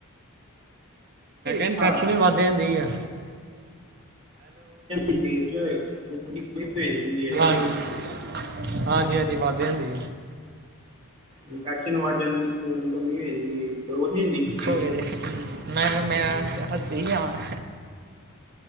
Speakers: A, on the right; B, on the right.
A: ਇਨਫੈਕਸ਼ਨ
B: ਹਾਂ
A: ਵੀ ਵੱਧਦੀ ਹੁੰਦੀ ਆ।
B: ਸ਼ਰੀਰ ਚ ਰਹਿੰਦੀ ਹੈ।
A: ਹਾਂਜੀ-ਹਾਂਜੀ ਵੱਧ ਹੁੰਦੇ,
B: ਇਨਫੈਕਸ਼ਨ ਵਾਜ ਜਾਂਦੀ ਖੂਨ ਦੀ ਕਮੀ ਹੋ ਜਾਂਦੀ, ਗਰੋਸ ਨੀ ਹੁੰਦੀ। ਜਿਹੜੀ
A: ਗਰੇ ਮੈਂ ਕਿਹਾ ਮੇਰਾ ਸੀ ਆਵਾਂ,